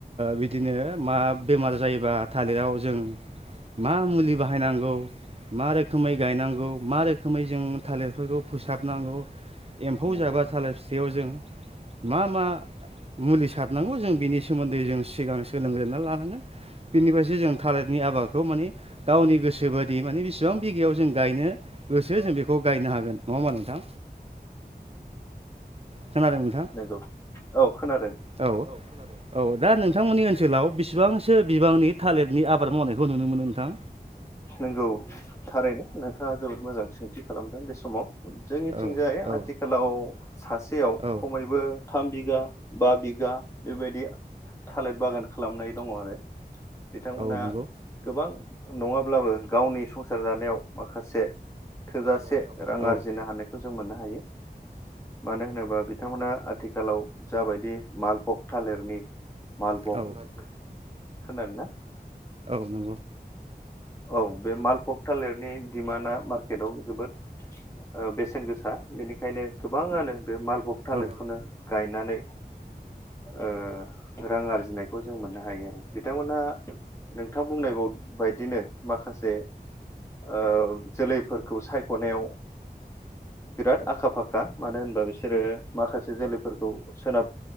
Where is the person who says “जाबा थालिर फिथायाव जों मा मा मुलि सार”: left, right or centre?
Right